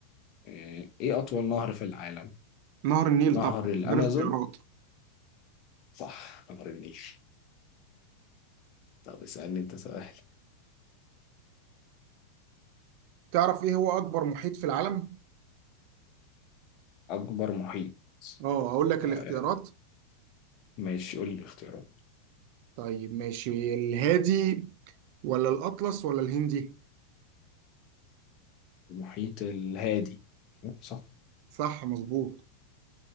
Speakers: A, on the left; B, on the right.
A: آه ايه اطول نهر في العالم
B: نهر النيل
A: نهر
B: طبعا
A: الامازون
B: غير اختيارات
A: صح نهر النيل طب اسألني انت سؤال
B: تعرف ايه هو اكبر محيط في العالم
A: أكبر محيط
B: اه هقول لك
A: آه،
B: الاختيارات
A: ماشي قول لي اختيارات
B: طيب ماشي الهادي ولا الاطلس ولا الهندي
A: المحيط الهادي صح
B: صح مظبوط